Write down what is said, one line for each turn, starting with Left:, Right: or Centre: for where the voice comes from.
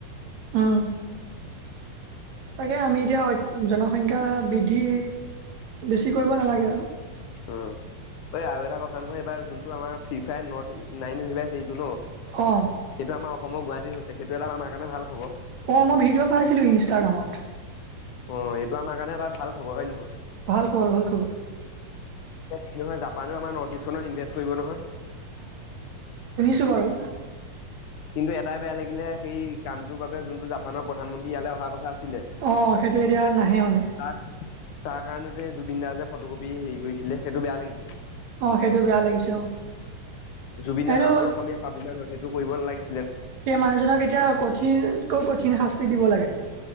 Right: উম, তাকে আমি এতিয়া জনসংখ্যা বৃদ্ধি বেছি কৰিব নালাগে আৰু
Left: উম, এই আৰু এটা কথা নহয় এইবাৰ যোনটো আমাৰ ফ্ৰী ফায় নট নাইন ইউনিভাৰ্ছ এইটো ন' এইটো
Right: অ',
Left: আমাৰ অসমৰ গুৱাহাটীত হৈছে, সেইটো এটা আমাৰ কাৰণে ভাল খবৰ।
Right: অ মই ভিডিঅ' পাইছিলো ইনষ্টাগ্ৰামত?
Left: অ এইটো আমাৰ কাৰণে এটা ভাল খবৰ হয় নে নহয়।
Right: ভাল খবৰ ভাল খবৰ।
Left: কি নহয় জানো আমাৰ নথ ইষ্টণত ইনভেষ্ট কৰিব নহয়।
Right: তো বাৰু।
Left: কিন্তু এটাই বেয়া লাগিলে সেই কামটোৰ বাবে যোনটো জাপানৰ প্ৰধানমন্ত্ৰী ইয়ালৈ অহাৰ কথা আছিলে
Right: অহ, সেইটো এতিয়া নাহে মানে।
Left: তাক তাৰ কাৰণে যে জুবিন দা যে ফটো কপি হেৰি কৰিছিলে সেইটো বেয়া লাগিছে।
Right: অহ, সেইটো বেয়া লাগিছে অ'।
Left: জুবিনদাটো
Right: সেইটো
Left: আমাৰ অসমীয়া স্বাভিমান হয়, সেইটো কৰিব নালাগিছি-
Right: সেই মানুহজনক এতিয়া কঠিনকৈ কঠিন শাস্তি দিব লাগে।